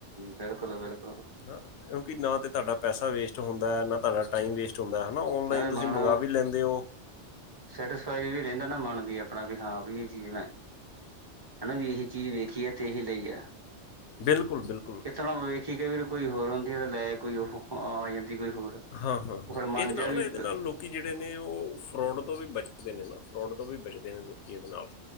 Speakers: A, on the right (about 20°); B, on the left (about 75°).
A: ਬਿਲਕੁਲ-ਬਿਲਕੁਲ।
B: ਨਾ ਕਿਉਂਕਿ ਨਾ ਤੇ ਤਾਡਾ ਪੈਸਾ ਵੇਸਟ ਹੁੰਦਾ ਨਾ ਤਾਡਾ ਟਾਈਮ ਵੇਸਟ ਹੁੰਦਾ ਹੈਨਾ ਔਨਲਾਈਨ
A: ਨਾਲੇ
B: ਤੁਸੀਂ
A: ਮਨ
B: ਮੰਗਾ ਵੀ ਲੈਂਦੇ ਓ
A: ਸੈਟਿਸਫਾਈ ਵੀ ਰੇਂਦਾ ਨਾ ਮਨ ਵੀ ਆਪਣਾ ਵੀ ਹਾਂ ਵੀ ਏ ਚੀਜ਼ ਮੈਂ ਹੈਨਾ ਵੀ ਏਹੀ ਚੀਜ਼ ਵੇਖੀ ਐ ਤੇ ਏਹੀ ਲਈ ਐ।
B: ਬਿਲਕੁਲ-ਬਿਲਕੁ
A: ਕਿੱਥੋਂ ਨਾ ਵੇਖੀ ਕਈ ਵਾਰੀ ਹੋਰ ਹੁੰਦੀ ਐ ਤੇ ਲੈ ਕੋਈ ਓਹ ਹਾਂ ਆ ਜਾਂਦੀ ਕੋਈ ਹੋਰ
B: ਹਾਂ ਹਾਂ ਹਾਂ
A: ਓ ਫੇਰ ਮਨ
B: ਇਹਦੇ ਨਾਲ
A: ਜੇਆ ਵੀ
B: ਨਾ ਇਹਦੇ ਨਾਲ ਲੋਕੀ ਜੇੜੇ ਨੇ ਓ ਫਰੋਡ ਤੋਂ ਵੀ ਬਚਦੇ ਨੇ ਨਾ ਫਰੋਡ ਤੋਂ ਵੀ ਬਚਦੇ ਨੇ ਲੋਕੀ ਏਦੇ ਨਾਲ।